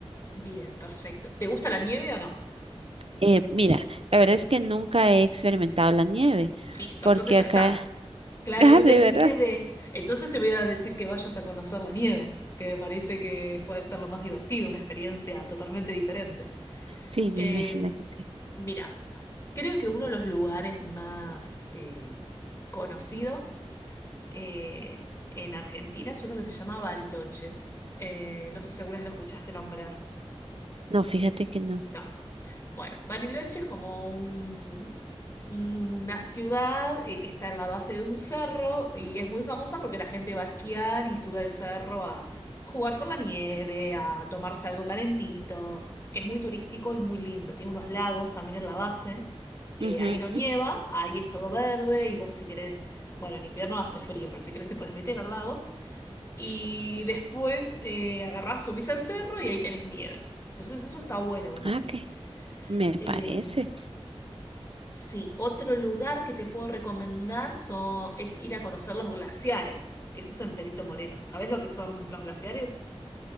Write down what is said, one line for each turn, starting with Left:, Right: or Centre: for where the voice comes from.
Left: Bien, perfecto. ¿Te gusta la nieve o no?
Right: Eh, mira, la verdad es que nunca he experimentado la nieve,
Left: Listo,
Right: porque
Left: entonces ya
Right: acá,
Left: está.
Right: <laughs>
Left: Claro,
Right: ah,
Left: hoy no
Right: de
Left: tenés
Right: verdad,
Left: nieve. Entonces te voy a decir que vayas a conocer la nieve, que me parece que puede ser lo más divertido, una experiencia totalmente diferente.
Right: sí, me
Left: Eh,
Right: imagino que sí.
Left: mira, creo que uno de los lugares más eh, conocidos eh, en Argentina es uno que se llama Bariloche. Eh, no sé si alguna vez lo escuchaste nombrar.
Right: No, fíjate que no.
Left: No. Bueno, Bariloche es como un- una ciudad eh, que está en la base de un cerro y es muy famosa porque la gente va a esquiar y sube al cerro a jugar con la nieve, a tomarse algo calentito. Es muy turístico y muy lindo. Tiene unos lagos también en la base, que
Right: Ujú.
Left: ahí no nieva, ahí es todo verde y vos si querés, bueno, en invierno hace frío, pero si querés te podés meter al lago. Y después eh, agarrás, subís al cerro y ahí tenés nieve. Entonces eso está bueno, me parece.
Right: Ah, ok, me
Left: Eh,
Right: parece.
Left: sí, otro lugar que te puedo recomendar son- es ir a conocer los glaciares, que eso es en Perito Moreno. ¿Sabes lo que son los glaciares?